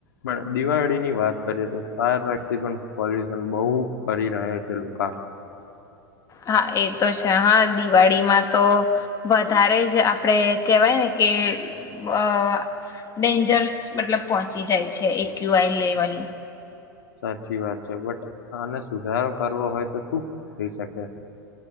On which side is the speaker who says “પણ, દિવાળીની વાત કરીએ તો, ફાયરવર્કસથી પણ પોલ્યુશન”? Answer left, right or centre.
Left